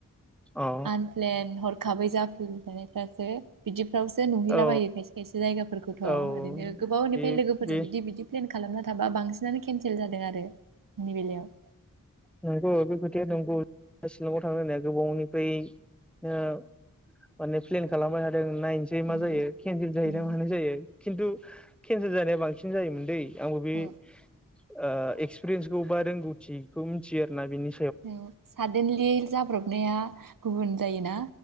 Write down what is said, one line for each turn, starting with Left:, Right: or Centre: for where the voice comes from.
Centre: ओ
Right: आन प्लेन हरखाबै जाफ्ललानायफ्रा ओ बिदि फ्रावसो नुहैलाबायो
Centre: अ औ
Right: खायसे खायसे जायगाफोरखौथ ओरैनो
Centre: औ
Right: गोबावनिफ्राय
Centre: बे
Right: लोगोफोरजों
Centre: बे
Right: बिदि बिदि फ्लेन खालामनानै थांबा बांसिनानो केनसेल जादों आरो बिनि बेलायाव
Centre: नंगौ बे खोथाया नंगौ शिलंआव थांनो होननाया गोबावनिफ्राय नो माने फ्लेन खालामबाय थादों नायनोसै मा
Right: उम
Centre: जायो खेनसेल जायोना
Right: उम
Centre: मानाय जायो खिन्थु केनसेल जानाया बांसिन जायोमोन दै आंबो बे
Right: औ
Centre: ओ एक्सपिरियेन्सखौ बा रोंगौथि खौ मिथियो आरोना बिनि
Right: औ सादेनलि जाब्रबनाया गुबुन जायोना